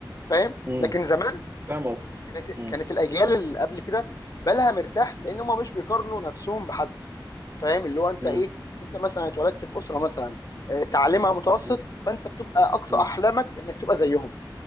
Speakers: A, on the left; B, on the right.
A: فاهم
B: م.
A: لكن زمان
B: فاهم قصدي
A: كانت
B: م-
A: كانت الاجيال اللي قبل كده بالها مرتاح لان هم مش بيقارنوا نفسهم بحد فاهم اللي هو انت
B: م-
A: ايه انت مثلا اتولدت في اسره مثلا آه، تعليمها متوسط
B: م-
A: فانت بتبقى اقصى
B: م-
A: احلامك انك تبقى زيهم